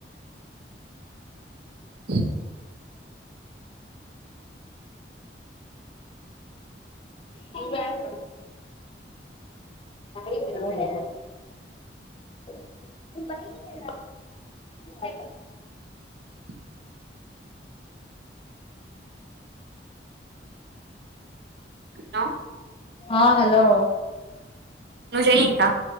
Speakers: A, on the right; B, on the left.
A: ఉహు.
B: నువ్వు ఏడ ఉన్నావ్. ఏడి పోయినావ్.
A: ఆ.
B: నేను బయటికి వెళ్లి.
A: టుక్. హలో.
B: హా హలో.
A: నువ్వు చేయ్ ఇంకా.